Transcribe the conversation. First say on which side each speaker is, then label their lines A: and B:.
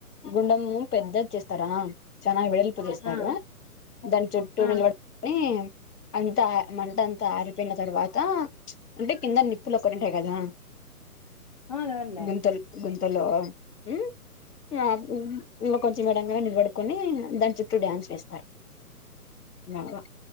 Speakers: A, on the left (about 75°); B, on the left (about 25°).
A: గుండెము పెద్ద చేస్తారా ఆ చాన వెడల్ప్ పు చేస్తారు.
B: ఆ
A: ఆ దాన్ చుట్టూ
B: ఆ
A: నిలబడ్ కొని అంతా మంటంతా ఆరి పోయిన తర్వాత అంటే కింద నిప్పులు ఒకటి ఉంటాయి కదా
B: అవునవునులే
A: గుంతల్ గుంతలో హు ఆ హు ఇ కొంచెం మడంగా నిలబడుకొని దాని చుట్టూ డ్యాన్స్ వేస్తారు బాగా